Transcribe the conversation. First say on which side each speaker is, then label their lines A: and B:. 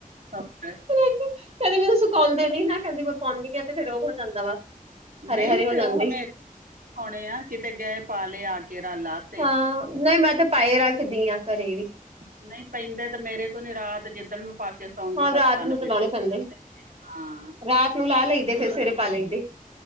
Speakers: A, on the right; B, on the right.
A: ਓਕੇ
B: ਕਹਿੰਦੇ ਮੈਨੂੰ ਸੁਕਾਉਂਦੇ ਨਈ ਨਾ ਕਹਿੰਦੇ ਪਾਉਂਦੀ ਆ ਤੇ ਫੇਰ ਉਹ ਹੋ ਜਾਂਦਾ ਵਾ।
A: ਨਹੀਂ
B: ਹਰੇ ਹਰੇ ਹੋ
A: ਤੇ ਉਹ
B: ਜਾਂਦੇ
A: ਹਮੇ ਪਾਉਣੇ ਆ ਕਿਤੇ ਗਏ ਪਾ ਲਏ ਆ ਕੇ ਰਾਲਾਤ
B: ਹਾਂ ਨਹੀਂ ਮੈਂ ਤੇ ਪਾਏ ਰੱਖਦੀ ਹਾਂ ਘਰੇ ਵੀ।
A: ਨਹੀਂ ਪੈਂਦੇ ਤੇ ਮੇਰੇ ਕੋਲ ਨੀ ਰਾਤ ਜਿੱਦਣ ਮੈਂ ਪਾ ਕੇ ਸਉਂਗੀ
B: ਹਾਂ ਰਾਤ
A: ਬੱਸ ਕਨ
B: ਨੂੰ
A: ਪੀੜ
B: ਤੇ ਲਾਉਣੇ
A: <unintelligible>
B: ਪੈਂਦੇ
A: ਹਾਂ।
B: ਰਾਤ ਨੂੰ ਲਾਹ ਲਈਦੇ ਫਿਰ ਸਵੇਰੇ ਪਾ ਲੈਂਦੇ।